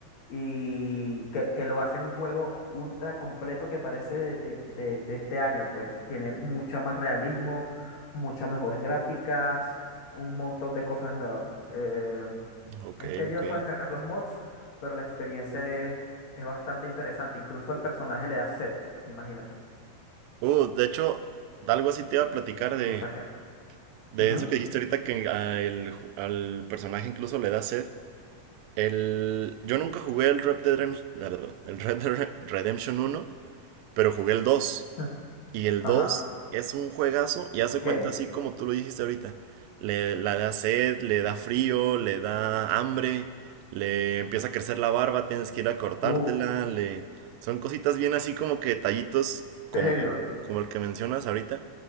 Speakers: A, on the left; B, on the right.
A: y que, que lo hacen un juego ultra completo que parece de, de- de- de este año, pues tiene mucho más realismo, muchas mejores gráficas, un montón de cosas nuevas. Eh,
B: ok,
A: es tedioso
B: ok.
A: descargar los mods, pero la experiencia es, es bastante interesante. Incluso al personaje le da sed, imagínate.
B: Uh, de hecho, de algo así te iba a platicar de...
A: Cosa que.
B: De
A: Ujú.
B: eso que dijiste ahorita que a el- al personaje incluso le da sed. El, yo nunca jugué el Red Dead Redemption, el Red Dead Redemption 1, pero jugué el 2.
A: <laughs>
B: Y el
A: Ajá.
B: 2 es un juegazo y hace
A: Ok.
B: cuenta así como tú lo dijiste ahorita. Le, la da sed, le da frío, le da hambre, le empieza a crecer la barba, tienes que ir a cortártela,
A: Uf,
B: le... Son cositas bien así como que detallitos como,
A: <laughs> serio.
B: como el que mencionas ahorita,